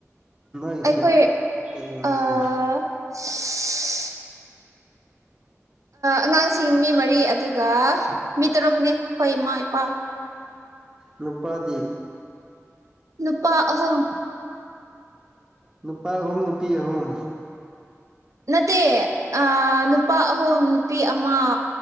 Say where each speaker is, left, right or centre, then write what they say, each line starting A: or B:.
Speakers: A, on the right; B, on the right.
A: ꯐꯁꯦ
B: ꯑꯩꯈꯣꯏ ꯑ <unintelligible> ꯑꯉꯥꯡꯁꯤꯡ ꯃꯤ ꯃꯔꯤ ꯑꯗꯨꯒ ꯃꯤ ꯇꯔꯨꯛꯅꯤ ꯑꯩꯈꯣꯏ ꯏꯃꯥ ꯏꯄꯥ
A: ꯅꯨꯄꯥꯗꯤ
B: ꯅꯨꯄꯥ ꯑꯍꯨꯝ
A: ꯅꯨꯄꯥ ꯑꯍꯨꯝ ꯅꯨꯄꯤ ꯑꯍꯨꯝ
B: ꯅꯠꯇꯦ ꯅꯨꯄꯥ ꯑꯍꯨꯝ ꯅꯨꯄꯤ ꯑꯃ